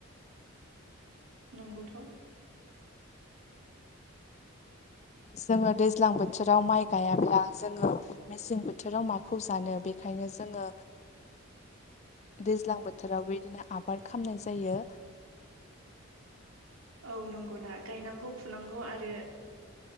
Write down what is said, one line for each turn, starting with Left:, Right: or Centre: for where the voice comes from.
Right: नोंगौथ'।
Left: जोङो दैज्लां बोथोराव माइ गायाब्ला जोङो मेसें बोथोराव माखौ जानो बे ओंखायनो जोङो दैज्लां बोथोराव बेबायदिनो आबाद खामनाय जायो।
Right: औ नंगौना गायनांगौ फुनांगौ आरो।